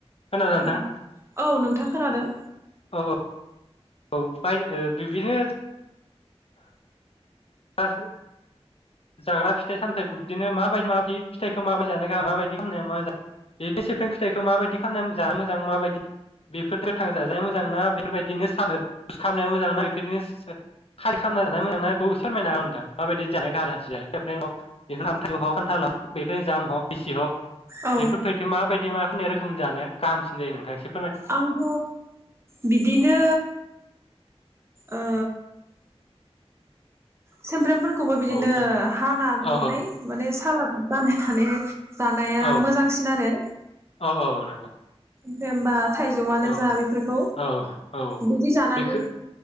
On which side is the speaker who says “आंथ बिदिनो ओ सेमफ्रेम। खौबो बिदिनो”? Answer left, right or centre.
Right